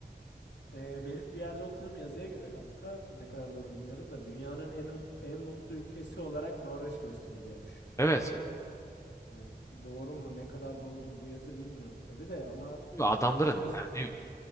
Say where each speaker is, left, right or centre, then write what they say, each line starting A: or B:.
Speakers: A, on the left (about 90°); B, on the left (about 15°).
A: e, benim bir yerde okudum yazıya göre kanka ne kadar doğru bilmiyorum da dünyanın en ul- en mutlu ülkesi olarak Norveç gösteriliyormuş.
B: Evet.
A: Yani doğru mu ne kadar doğrudur bu yazı bilmiyorum tabii de ama
B: Adamların
A: o yazıda
B: derdi yok.